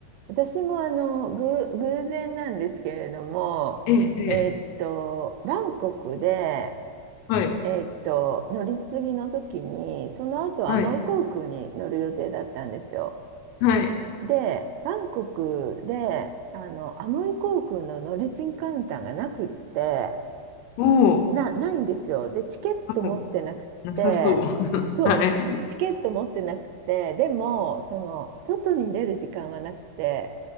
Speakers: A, on the right; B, on the left.
A: 私もあの、ぐ、偶然なんですけれども、
B: ええ、ええ
A: えーっと、バンコクで、
B: はい、
A: えーっと、乗り継ぎの時に、その後アモイ航空に乗る予定だったんですよ。
B: はい、はい。
A: で、バンコクで、あの、アモイ航空の乗り継ぎカウンターがなくって、
B: おお、
A: な、ないんですよ。で、チケット持ってなくって、
B: はい、なさそう。<laughs>
A: そう、
B: はい、
A: チケット持ってなくて、でも、その、外に出る時間はなくて、